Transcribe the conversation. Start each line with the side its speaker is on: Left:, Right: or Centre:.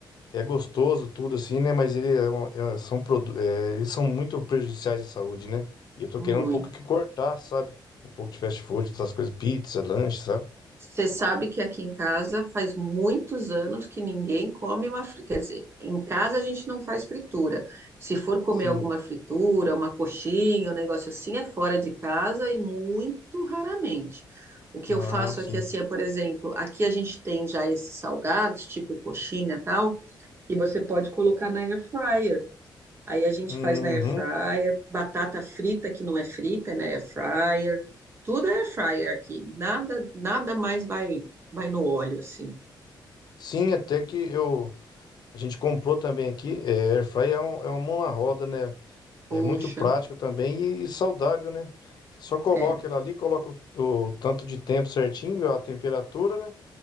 Left: é gostoso tudo assim, né? Mas ele é um- é- são, produ- é, eles são muito prejudiciais à saúde, né? E eu tô
Right: muito.
Left: querendo um pouco que cortar, sabe? Um pouco de fast food, essas coisas, pizza, lanche, sabe?
Right: Você sabe que aqui em casa faz muitos anos que ninguém come uma fritura. Quer dizer, em casa a gente não faz fritura. Se for comer
Left: Sim.
Right: alguma fritura, uma coxinha, um negócio assim, é fora de casa e muito raramente. O que
Left: Ah,
Right: eu faço
Left: sim.
Right: aqui, assim, é, por exemplo, aqui a gente tem já esses salgados, tipo coxinha e tal, que você pode colocar na air fryer. Aí a gente
Left: Uhum.
Right: faz na air fryer, batata frita que não é frita, é na air fryer. Tudo é air fryer aqui. Nada, nada mais vai vai no óleo assim.
Left: Sim, até que eu a gente comprou também aqui. É, air fry é, um- é uma mão na roda, né?
Right: Poxa,
Left: É muito prático também e, e saudável, né? Você só coloca
Right: é,
Left: ela ali, coloca o, o tanto de tempo certinho, a temperatura, né?